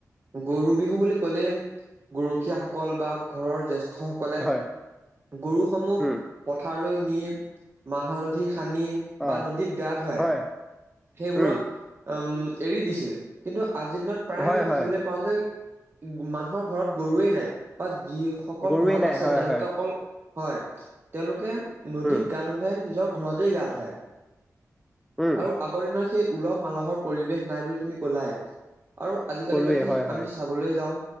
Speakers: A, on the right (about 40°); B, in the centre.
A: গৰু বিহু বুলি ক'লে গৰখীয়াসকল বা ঘৰৰ জ্যেষ্ঠসকল
B: হয়।
A: গৰুসমূহ
B: উম
A: পথাৰলৈ নিম, মাহ হালধি, সানি
B: অ
A: বা নদীত গা-ধুৱাই।
B: হয়
A: সেইবোৰক
B: উম
A: উম, এৰি দিছিল কিন্তু আজিৰ দিনত প্ৰায়
B: হয়
A: আমি দেখিবলৈ
B: হয়
A: পাওঁ যে মানুহৰ ঘৰত গৰুৱেই নাই বা যিসকল
B: গৰুৱে
A: ঘৰত
B: নাই
A: আছে।
B: হয়
A: তেওঁলোকে
B: হয়
A: অকল হয়, তেওঁলোকে নদীত
B: উম
A: গা-নুধুৱাই, নিজৰ ঘৰতেই গা ধুৱাই।
B: উম
A: আৰু আগৰ দিনৰ সেই উলহ-মালহৰ পৰিৱেশ নাই বুলি তুমি কলাই আৰু আজিকালি
B: কলোৱে
A: যদি
B: হয় হয়
A: আমি চাবলৈ যাঁও,